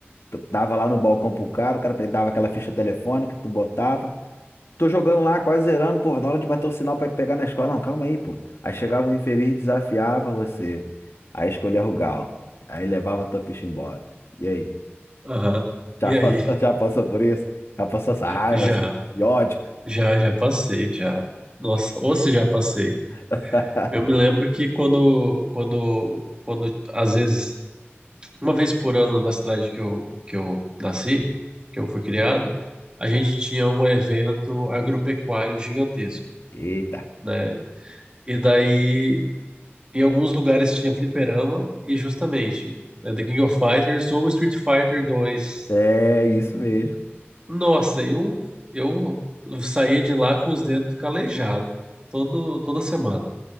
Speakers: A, on the left (about 75°); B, on the right (about 20°).
A: Tu dava lá no balcão pro cara, o cara dava aquela ficha telefônica, tu botava. Tô jogando lá, quase zerando, pô, da hora de bater o sinal pra pegar na escola. Não, calma aí, pô. Aí chegava o infeliz e desafiava você. Aí escolhia Rugal. Aí levava a tua ficha embora. E aí?
B: Aham.
A: Já
B: E
A: passou,
B: aí?
A: <laughs> já passou por isso? Já passou essa raiva,
B: Já,
A: essa- esse ódio?
B: já, já passei, já. Nossa, ou se já passei.
A: <laughs>
B: Eu me lembro que quando, quando, quando, às vezes, uma vez por ano na cidade que eu, que eu nasci, que eu fui criado, a gente tinha um evento agropecuário gigantesco,
A: Eita.
B: né? E daí, em alguns lugares tinha fliperama e justamente né, The King of Fighters ou Street Fighter 2.
A: É isso mesmo.
B: Nossa, eu, eu, eu saía de lá com os dedos calejados todo, toda semana.